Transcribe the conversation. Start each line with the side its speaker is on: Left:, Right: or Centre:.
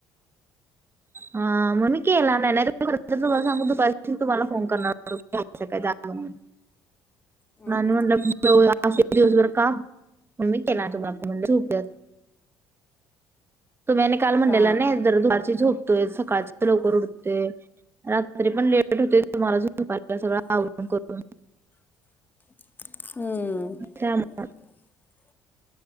Right: हा म्हणून केला नाही नाहीतर मी तर तुम्हाला सांगू दुपारपासून तुम्हाला फोन करणार होतो जायचं काय म्हणून?
Left: हम्म
Right: आणि म्हणल दिवसभर काम म्हणून मी केला नाही. तर मग आता म्हणले झोपते आता. तुम्ही आणि काल म्हंटलेला
Left: अ
Right: नाही दुपारची जरा झोपतोय सकाळच लवकर उठतोय. रात्री पण लेट होते. तुम्हाला झोपायला. सगळं आवून करून
Left: हम्म.
Right: त्यामुळे